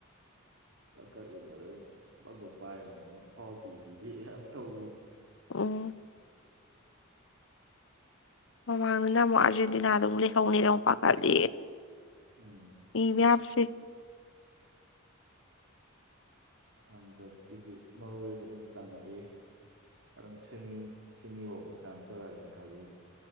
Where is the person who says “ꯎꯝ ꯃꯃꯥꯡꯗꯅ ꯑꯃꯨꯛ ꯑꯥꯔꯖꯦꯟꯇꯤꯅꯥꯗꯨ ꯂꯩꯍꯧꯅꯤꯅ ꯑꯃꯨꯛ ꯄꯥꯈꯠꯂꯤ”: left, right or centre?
Left